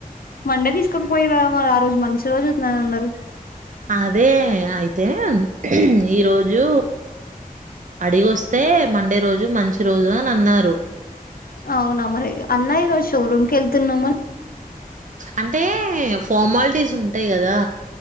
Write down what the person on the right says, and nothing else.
అదే అయితే ఈ రోజూ అడిగొస్తే మండే రోజు మంచి రోజు అని అన్నారు
అంటే ఫార్మాలిటీస్ ఉంటాయి కదా